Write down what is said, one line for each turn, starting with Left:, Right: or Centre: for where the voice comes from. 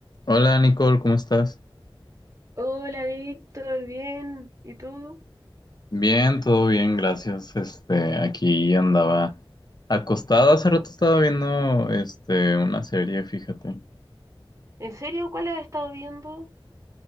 Left: Hola Nicole, ¿cómo estás?
Right: Hola Víctor, bien. ¿Y tú?
Left: Bien, todo bien, gracias. Este, aquí andaba acostado. Hace rato estaba viendo, este, una serie, fíjate.
Right: ¿En serio? ¿Cuál has estado viendo?